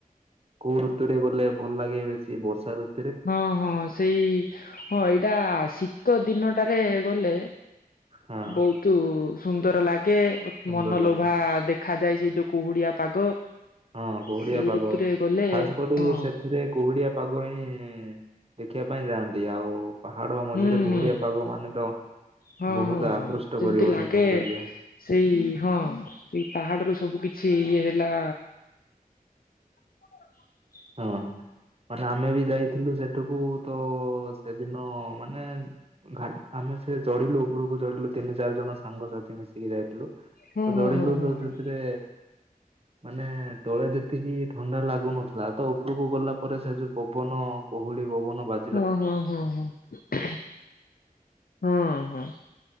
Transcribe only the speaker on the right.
କୋଉ ଋତୁରେ ଗଲେ ଭଲ ଲାଗେ ବେଶୀ ବର୍ଷା ଋ
ହଁ
ସୁନ୍ଦର
ଲାଗେ
ହଁ କୁହୁଡିଆ
ପାଗ
ଖାସ କରି
ସେ ଏଥିରେ କୁହୁଡିଆ ପାଗ ହିଁ ଦେଖିବା ପାଇଁ ଯାଆନ୍ତି। ଆଉ ପାହାଡ ମଝିରେ
କୁହୁଡିଆ
ପାଗ ମାନେ ତ
ବହୁତ
ଆକୃଷ୍ଟ
କରିବ
ସେ ସୌନ୍ଦର୍ଯ୍ୟ।
ହଁ ମାନେ ଆମେ ବି ଯାଇଥିଲୁ ସେଠକୁ ତ ସେଦିନ ମାନେ ଘା ଆମେ ସେ ଚଢିଲୁ ଉପରକୁ ଚଢିଲୁ ତିନି ଚାରି ଜଣ ସାଙ୍ଗସାଥି ମିଶିକି ଯାଇଥିଲୁ।
ତ
ଚଢିଲୁ
ତ
ସେଥିରେ ମାନେ ତଳେ ଯେତିକି ଥଣ୍ଡା ଲାଗୁନ ଥିଲା ତ, ଉପରକୁ ଗଲା ପରେ ସେ ଯୋଉ ପବନ କୁହୁଳି ପବନ ବା